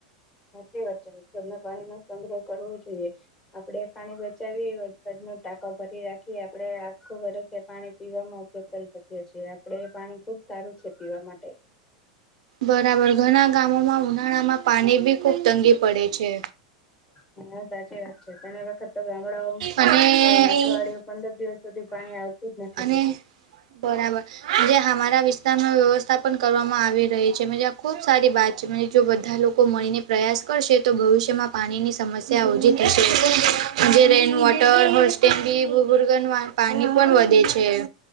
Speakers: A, on the left; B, on the right.
A: સાચી વાત છે તરના પાણી નો સંગ્રહ કરવો જોઈએ. આપડે પાણી બચાવી વરસાદ નું ટાંકો ભરી રાખીએ આપડે આખું વરસેે પાણી પીવામાં ઉપયોગ કરી શકીએ છીએ આપડે એપાણી ખુબ સારું છે પીવા માટે
B: બરાબર ઘણા ગામોમાં ઉનાળામાં પાણી ભી ખુબ તંગી પડે છે.
A: હા સાચી વાત છે પણ એ વખત તો ગામડાઓમાં
B: અને
A: ઓ અઠવાડિયું પંદર દિવસ સુધી પાણી આવતું જ નથી
B: અને
A: હોતું.
B: બરાબર જે અમારા વિસ્તારમાં વ્યવસ્થા પણ કરવામાં આવી રહે છે આ ખુબ સારી વાત છે જો બધા લોકો મળીને પ્રયાસ કરશે તો ભવિષ્યમાં પાણીની સમસ્યા ઓછી થશે જે રેઇન વોટર હોલસ્ટેન્ગી બૂબુર્ગન વા પાણી પણ વધે છે.